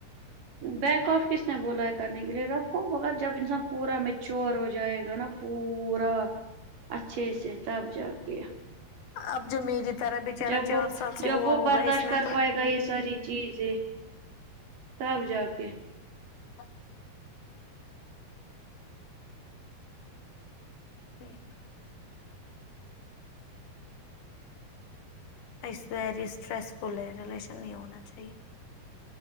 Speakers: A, on the right (about 55°); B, on the left (about 70°).
A: بیک اف کس نے بولا ہے کرنے کے لے رکھو مگر جب انسان پورا میچور ہو جائے گا نا پورا اچھے سے تب جا کے
B: اب جو میری طرح بچارا
A: جب
B: چار
A: وہ
B: سال سے
A: جب
B: ہوا
A: وہ
B: ہوگا
A: برداشت
B: اس میں
A: کر
B: تو
A: پائے گا یہے ساری جی جی تب جا کے
B: <inaudible> ایک اس ویری اسٹریس فل ہے ریلیشن نہیں ہونا چاہیے